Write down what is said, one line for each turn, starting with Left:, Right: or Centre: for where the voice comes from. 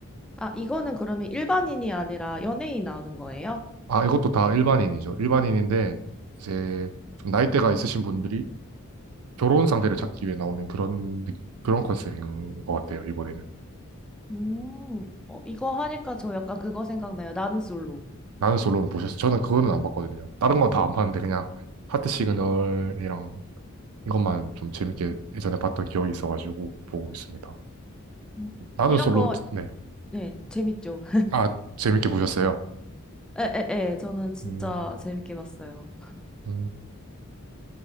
Centre: 아, 이거는 그러면 일반인이 아니라 연예인 나오는 거예요?
Right: 아, 이것도 다 일반인이죠. 일반인인데, 이제 좀 나이대가 있으신 분들이 결혼 상대를 찾기 위해 나오는 그런, 느- 그런 컨셉인 것 같아요, 이번에는.
Centre: 음, 어, 이거 하니까 저 약간 그거 생각나요. 나는 솔로.
Right: 나는 솔로는 보셨어요? 저는 그거는 안 봤거든요. 다른 건 다 안 봤는데, 그냥 하트 시그널이랑 이것만 좀 재밌게 예전에 봤던 기억이 있어가지고 보고 있습니다.
Centre: 음,
Right: 나는
Centre: 이런
Right: 솔로,
Centre: 거,
Right: 네.
Centre: 네, 재밌죠.
Right: 아, 재밌게 보셨어요?
Centre: 에에에 저는 진짜
Right: 음,
Centre: 재밌게 봤어요.
Right: 음,